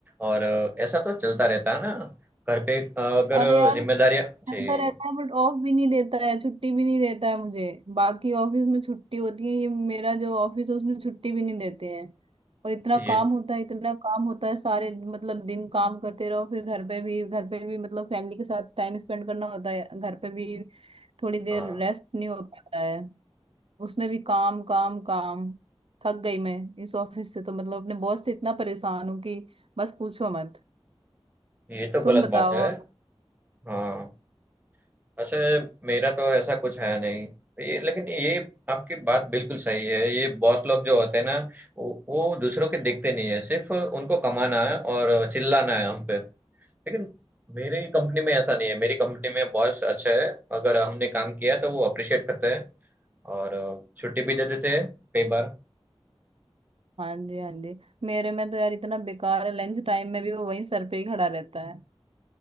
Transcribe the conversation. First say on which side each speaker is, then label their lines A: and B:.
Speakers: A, on the right; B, on the right.
A: और अ, ऐसा तो चलता रहता है ना घर पे अ, अगर
B: अरे यार
A: जिम्मेदारियां जी
B: चलता रहता है बट ऑफ भी नहीं देता है छुट्टी भी नहीं देता है मुझे बाकी ऑफिस में छुट्टी होती है ये मेरा जो ऑफिस है उसमें छुट्टी भी नहीं देते हैं और इतना
A: ये
B: काम होता है इतना काम होता है सारे मतलब दिन काम करते रहो फिर घर पे भी घर पे भी मतलब फैमिली के साथ टाइम स्पेंड करना होता है घर पे भी थोड़ी देर
A: हाँ
B: रेस्ट नहीं हो पाता है उसमें भी काम काम काम थक गई मैं इस ऑफिस से तो मतलब अपने बॉस से इतना परेशान हूँ कि बस पूछो मत
A: ये तो
B: तुम
A: गलत
B: बताओ
A: बात है हाँ वैसे मेरा तो ऐसा कुछ है नहीं तो ये लेकिन ये आपकी बात बिल्कुल सही है ये बॉस लोग जो होते हैं ना वो, वो दूसरों के देखते नहीं है सिर्फ उनको कमाना है और चिल्लाना है हम पे लेकिन मेरी कंपनी में ऐसा नहीं है मेरी कंपनी में बॉस अच्छा है अगर हमने काम किया तो वो अप्रिशिएट करते हैं और अ, छुट्टी भी दे देते हैं कई बार
B: हाँ जी हाँ जी मेरे में तो यार इतना बेकार है लंच टाइम में भी वो वहीं सर पे ही खड़ा रहता है